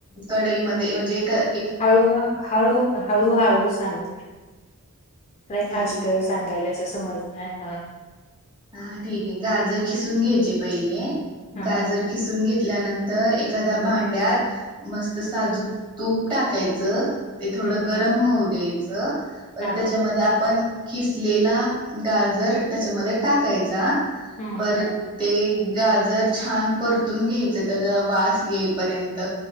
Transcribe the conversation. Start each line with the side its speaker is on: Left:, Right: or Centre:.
Right: कढईमध्ये म्हणजे ए
Left: हळू- हळू -हळू -हळू सांग नाही
Right: ठीक
Left: फास्
Right: आहे
Left: कर सांगायलाच समजत <unintelligible> ह हा <unintelligible>
Right: हा ठीक आहे गाजर खिसून घ्यायचे पहिले
Left: हा
Right: गाजर खिसून घेत <unintelligible> घल्यानंतर एखाद्या भांड्यात मस्त साजूक तूप टाकायचं ते थोडं
Left: हम्म
Right: गरम होऊ देेत च <unintelligible> परत
Left: हा
Right: त्याच्यामध्ये आपण खिसलेला गाजर त्याच्यामध्ये टाकायचा
Left: हम्म
Right: परत
Left: हम्म
Right: ते गाजर छान परतून घ्यायचं त्याचा वास येईपर्यंत